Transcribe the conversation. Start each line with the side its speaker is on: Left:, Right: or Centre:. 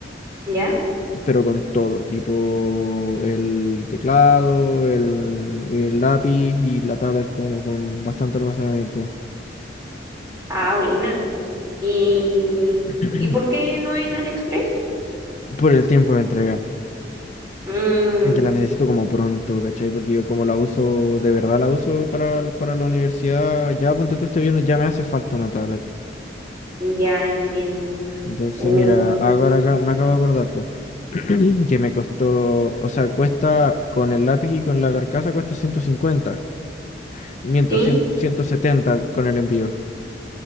Right: ¿Ya?
Left: pero con todo, tipo el teclado, el, el lápiz y la tablet como con bastante almacenamiento
Right: Ah, buena. ¿Y,
Left: <clears throat>
Right: y por qué no en AliExpress?
Left: por el tiempo de entrega.
Right: Mm,
Left: Que la necesito como pronto, ¿cachai? Porque yo como la uso, de verdad la uso para, el- para la universidad, ya ponte tú este viernes, ya me hace falta una tablet.
Right: ya entiendo.
Left: Entonces,
Right: Mm,
Left: mira, ahora acá, me acabo de acordar, pues, <clears throat> que me costó, o sea, cuesta con el lápiz y con la carcasa cuesta 150 miento,
Right: sí,
Left: cien ciento setenta con el envío.